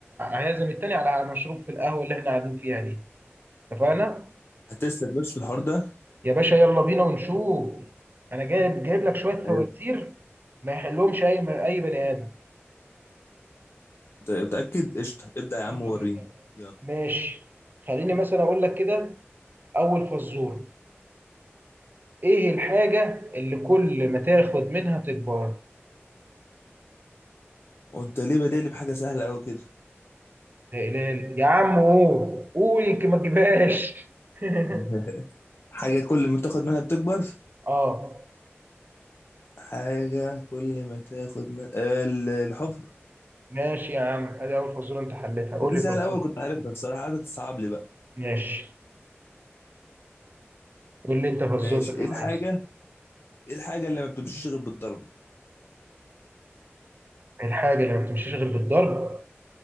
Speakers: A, on the right; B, on the left.
A: هيعزم التاني على مشروب في القهوة اللي احنا قاعدين فيها دي اتفقنا
B: هتسلك بس في الحوار ده
A: يا باشا يلا بينا ونشوف انا جايب جايب لك شوية
B: حلو
A: فوازير ما يحلهمش اي اي بني ادم
B: أنت متأكد قشطة ابدأ يا
A: يلا
B: عم وريني
A: بينا
B: يلا
A: ماشي خليني مثلا اقول لك كده أول فزورة إيه الحاجة اللي كل ما تاخد منها تكبر؟
B: وانت ليه بادئ بحاجة سهلة قوي كده
A: لا إله إلا- يا عم قول قول يمكن ما تجيبهاش <laughs>
B: <laughs> حاجة كل ما تاخد منها بتكبر
A: آه
B: حاجة كل ما تاخد من ال- الحفر
A: ماشي يا عم أدي أول فزورة أنت حلتها قول
B: دي
A: لي
B: سهلة
A: فزورة
B: الأول كنت عارفها الصراحة قعدت تصعب لي بقى
A: ماشي قول لي أنت فزورتك
B: ماشي ايه
A: يا
B: الحاجة
A: ريس
B: ايه الحاجة اللي ما بتمشيش غير بالضرب
A: الحاجة اللي ما بتمشيش غير بالضرب